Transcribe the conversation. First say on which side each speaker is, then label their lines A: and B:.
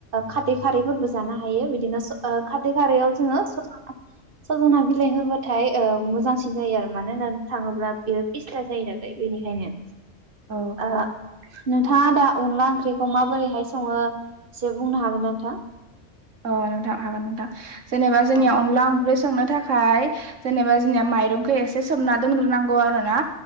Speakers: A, on the right; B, on the right.
A: खारथै खारैबो बो जानो हायो बिदिनो स ओ खारथै खारैयाव जोङो स सजना बिलाइ होबाथाय मोजांसिन जायो आरो मानो होननानै थाङोब्ला बेयो फिस्ला जायो नालाय बेनिखायनो।
B: औ
A: आ नोंथाङा दा अनला ओंख्रिखौ माबोरैहाय सङो एसे बुंनो हागोना नोंथां?
B: अ नोंथां हागोन नोंथां जेनेबा जोंनिया
A: औ
B: अनला ओख्रि संनो थाखाय जेनेबा जोंनिया माइरंखौ एसे सोमना दोनग्रोनांगौ आरो ना